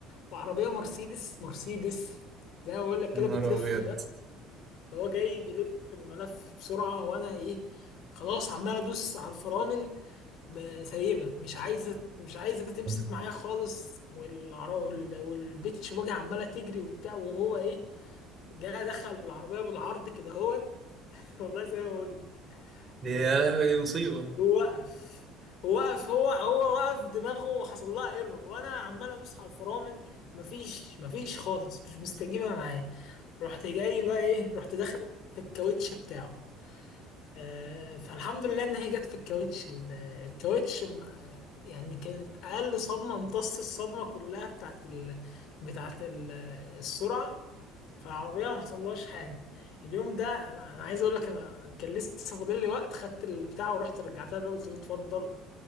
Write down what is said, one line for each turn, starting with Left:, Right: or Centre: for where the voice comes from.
Left: وعربيه مرسيدس مرسيدس زي ما بقول لك
Right: يا
Left: كده
Right: نهار
Left: بتلف
Right: ابيض
Left: فهو جاي بيلف الملف بسرعة وانا ايه خلاص عمال ادوس على الفرامل ب- سايبها مش عايزة مش عايزة تمسك
Right: دي
Left: معايا خالص والعر- وال- والبيتش باجي عمالة تجري وبتاع وهو ايه جاي دخل بالعربية بالعرض كده اهوت <laughs> والله زي ما بقول لك
Right: يا
Left: و-
Right: لهوي دي مصيبة
Left: ووقف وقف هو هو وقف دماغه حصل لها ايرور وانا عمال ادوس على الفرامل مفيش مفيش خالص مش مستجيبه معاه رحت جاي بقى ايه رحت داخل في الكاوتش بتاعه آه، فالحمد لله ان هي جت في الكاوتش ال- الكاوتش آه، يعني كانت اقل صدمه امتص الصدمه كلها بتاعت ال... بتاعت ال... السرعه فالعربيه ما حصلهاش حاجه اليوم ده انا أنا عايز اقول لك انا كان لسه فاضل لي وقت خدت البتاع ورحت رجعتها للراجل قلت له اتفضل